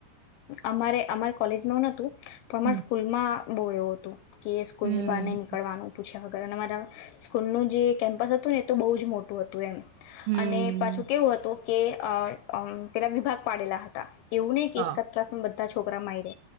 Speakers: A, on the left (about 80°); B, on the right (about 80°).
A: અમારે અમારે કોલેજમાં હ નતું. પણમારા
B: હમ.
A: સ્કૂલમાં બહુ એવો હતું કે એ સ્કૂલ
B: હમ.
A: ની બાર ઈ નીકળવાનું પૂછ જ કારણ અમારા સ્કૂલનું જે કેમ્પસ હતું ને તો બહુ જ મોટું હતું એમ
B: હમ.
A: અને પાછું કેવું હતું કે અ પેલા વિભાગ પાડેલા હતા એવું એક
B: હા.
A: કત્રલા સંબંધ છોકરા માઈડ